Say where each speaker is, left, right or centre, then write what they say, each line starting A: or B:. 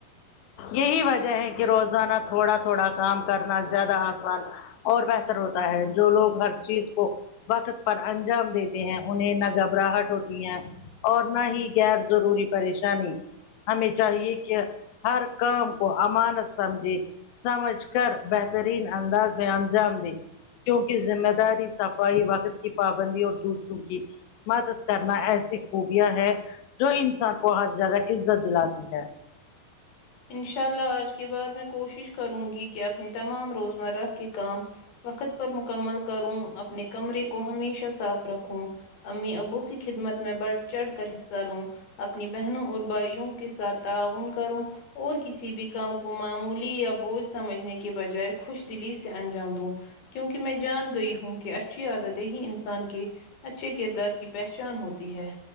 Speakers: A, on the left; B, on the left.
A: یہی وجہ ہے کہ روزانہ تھوڑا تھوڑا کام کرنا زیادہ آسان اور بہتر ہوتا ہے جو لوگ ہر چیز کو وقت پر انجام دیتے ہیں انہیں نہ گھبراہٹ ہوتی ہے اور نہ ہی غیر ضروری پریشانی ہمیں چاہیے کہ ہر کام کو امانت سمجھے سمجھ کر بہترین انداز میں انجام دے کیونکہ ذمہ داری صفائی وقت کی پابندی اور دوسروں کی مدد کرنا ایسی خوبیاں ہے جو انسان کو ہر جگہ عزت دلاتی ہے
B: انشاء اللہ آج کے بعد میں کوشش کروں گی کہ اپنی تمام روزمرہ کے کام وقت پر مکمل کروں اپنے کمرے کو ہمیشہ صاف رکھوں امی ابو کی خدمت میں بڑھ چڑھ کر حصہ لوں اپنی بہنوں اور بھائیوں کے ساتھ تعاون کروں اور کسی بھی کام کو معمولی یا بوجھ سمجھنے کے بجائے خوش دلی سے انجام دوں کیونکہ میں جان گئی ہوں کہ اچھی عادتیں ہی انسان کے اچھے کردار کی پہچان ہوتی ہے